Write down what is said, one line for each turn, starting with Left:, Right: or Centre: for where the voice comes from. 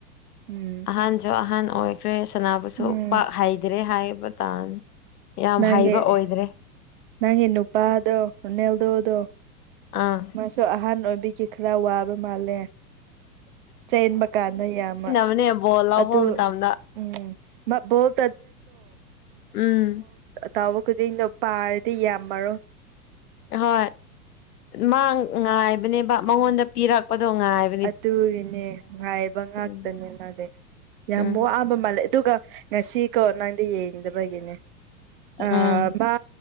Right: ꯎꯝ
Left: ꯑꯍꯟꯁꯨ ꯑꯍꯟ ꯑꯣꯏꯈ꯭ꯔꯦ ꯁꯅꯥꯕꯨꯁꯨ
Right: ꯎꯝ
Left: ꯄꯥꯛ ꯍꯩꯗ꯭ꯔꯦ ꯍꯥꯏꯕ ꯇꯥꯕꯅꯤ ꯌꯥꯝ
Right: ꯅꯪꯒꯤ
Left: ꯍꯩꯕ ꯑꯣꯏꯗ꯭ꯔꯦ
Right: ꯅꯪꯒꯤ ꯅꯨꯄꯥꯗꯣ ꯔꯣꯅꯦꯜꯗꯣꯗꯣ
Left: ꯑꯥ
Right: ꯃꯥꯁꯨ ꯑꯍꯟ ꯑꯣꯏꯕꯤꯒꯤ ꯈꯔ ꯋꯥꯕ ꯃꯥꯜꯂꯦ ꯆꯦꯟꯕ ꯀꯥꯟꯗ ꯌꯥꯝꯃ
Left: ꯃꯅꯦ ꯕꯣꯜ ꯂꯧꯕ
Right: ꯑꯗꯨ
Left: ꯃꯇꯝꯗ
Right: <unintelligible>
Left: ꯎꯝ
Right: ꯇꯥꯎꯕ ꯈꯨꯗꯤꯡꯗꯣ ꯄꯥꯔꯗꯤ ꯌꯥꯝꯃꯔꯣ
Left: ꯍꯣꯏ ꯃꯥ ꯉꯥꯏꯕꯅꯦꯕ ꯃꯉꯣꯟꯗ ꯄꯤꯔꯛꯄꯗꯣ ꯉꯥꯏꯕ
Right: ꯑꯗꯨꯒꯤꯅꯦ ꯉꯥꯏꯕ ꯉꯥꯛꯇꯅꯦ
Left: ꯎꯝ
Right: ꯃꯥꯗꯤ ꯌꯥꯝ
Left: ꯎꯝ
Right: ꯋꯥꯕ ꯃꯥꯜꯂꯦ ꯑꯗꯨꯒ ꯉꯁꯤꯀꯣ ꯅꯪꯗꯤ ꯌꯦꯡꯗꯕꯒꯤꯅꯦ
Left: ꯎꯝ
Right: ꯑ ꯃꯥ